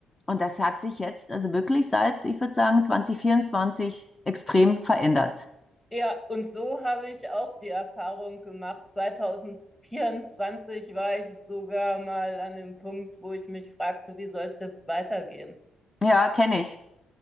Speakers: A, on the left; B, in the centre.
A: Und das hat sich jetzt, also wirklich seit, ich würde sagen, 2024 extrem verändert.
B: Ja, und so habe ich auch die Erfahrung gemacht. 2024 war ich sogar mal an dem Punkt, wo ich mich fragte, wie soll es jetzt weitergehen?
A: Ja, kenne ich.